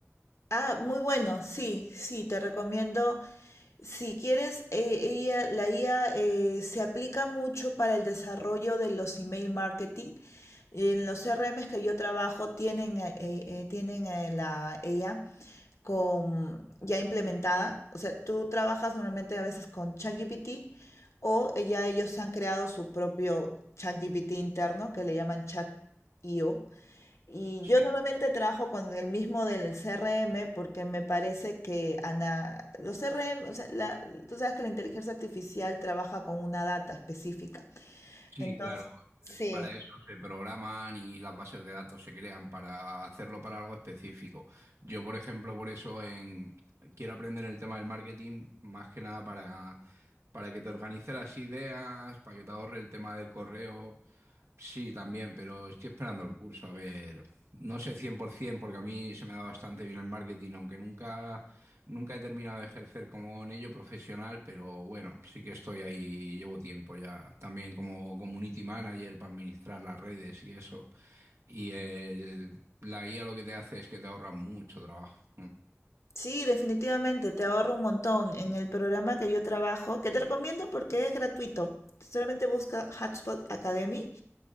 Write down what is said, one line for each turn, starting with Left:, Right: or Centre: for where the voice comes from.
Left: Ah, muy bueno, sí, sí, te recomiendo. Si quieres, eh, ella- la IA eh, se aplica mucho para el desarrollo de los email marketing. En los CRMs que yo trabajo tienen, eh, eh, tienen eh, la IA con, ya implementada. O sea, tú trabajas normalmente a veces con ChatGPT o eh, ya ellos han creado su propio ChatGPT interno que le llaman ChatIO y
Right: Sí.
Left: yo normalmente trabajo con el mismo del CRM porque me parece que ana- los CRM, o sea, la- tú sabes que la inteligencia artificial trabaja con una data específica.
Right: Sí,
Left: Entonces,
Right: claro.
Left: sí,
Right: eh, Para eso se programan y las bases de datos se crean para hacerlo para algo específico. Yo, por ejemplo, por eso en... quiero aprender el tema del marketing más que nada para, para que te organice las ideas, para que te ahorre el tema del correo. Sí, también, pero estoy esperando el curso. A ver, no sé 100% porque a mí se me da bastante bien el marketing, aunque nunca Nunca he terminado de ejercer como en ello profesional, pero bueno, sí que estoy ahí, llevo tiempo ya, también como community manager para administrar las redes y eso. Y el- la IA lo que te hace es que te ahorra mucho trabajo. Mm.
Left: sí, definitivamente te ahorro un montón. En el programa que yo trabajo, que te recomiendo porque es gratuito, solamente busca Hotspot Academy